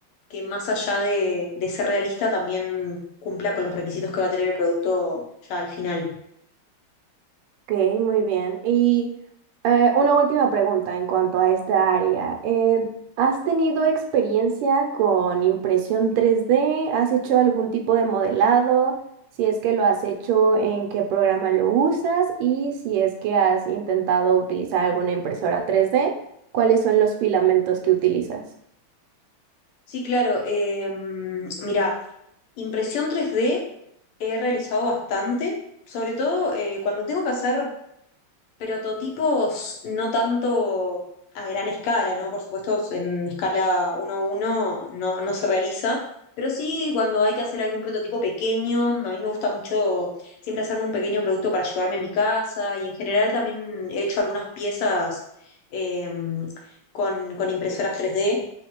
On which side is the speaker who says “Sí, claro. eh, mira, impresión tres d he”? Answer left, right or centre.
Left